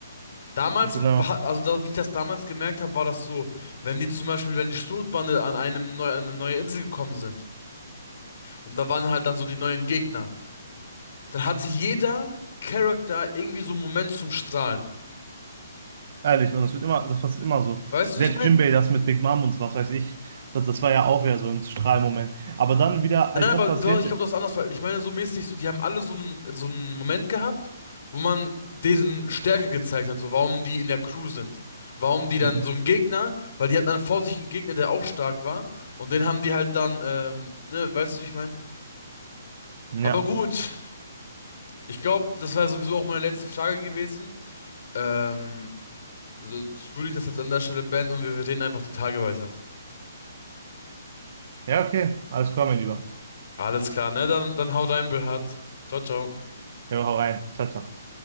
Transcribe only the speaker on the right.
genau.
Ehrlich, und das wird immer, das passiert immer so.
Selbst
Jinbei, das mit Big Mom und was weiß ich, das, das war ja auch wieder so ein Strahlmoment. Aber dann wieder,
als
das passiert.
Hm,
Ja.
Ja, okay. Alles klar, mein Lieber.
Ja, hau rein. Ciao, ciao.